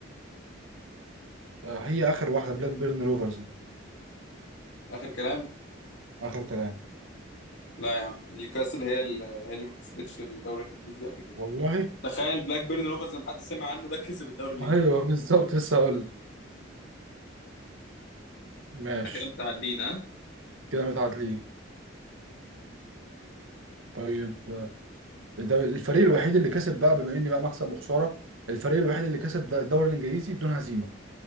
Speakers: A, on the right; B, on the left.
A: هي اخر واحده بلاك بيرن روفرز دي
B: اخر كلام
A: اخر كلام
B: لا يا عم نيوكاسل هي اللي هي اللي ما كسبتش الدوري الانجليزي قبل كده
A: والله
B: تخيل بلاك بيرن روفرز ما حد سمع عنه ده كسب الدوري الانجليزي
A: ايوه بالظبط لسه هقول لك ماشي
B: احنا كده متعادلين ها
A: كده متعادلين طيب ده الفريق الوحيد اللي كسب بقى بما اني بقى مكسب وخساره الفريق الوحيد اللي كسب ده- الدوري الانجليزي بدون هزيمه